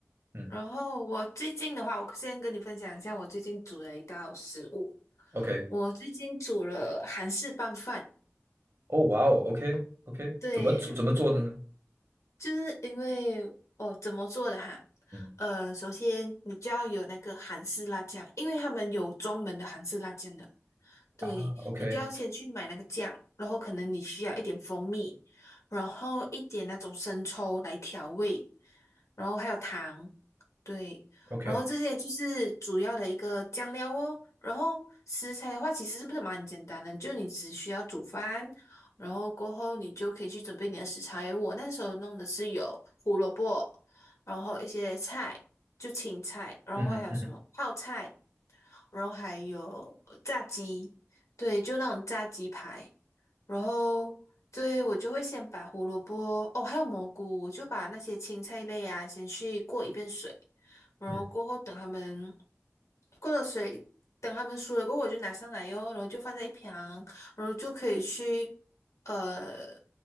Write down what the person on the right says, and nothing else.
嗯
，OK，
哦，哇哦，OK OK，
怎么煮怎么做的呢？
嗯
啊，OK
OK，
嗯哼嗯哼
嗯